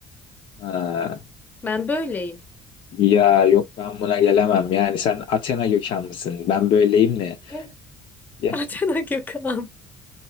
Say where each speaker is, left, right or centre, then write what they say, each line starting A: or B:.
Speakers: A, on the left; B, on the left.
A: Ha,
B: Ben böyleyim.
A: ya yok ben buna gelemem. Yani sen Athena kökenlisin. Ben böyleyim ne?
B: Hı? <laughs>
A: Ya,
B: Atena Gökhan.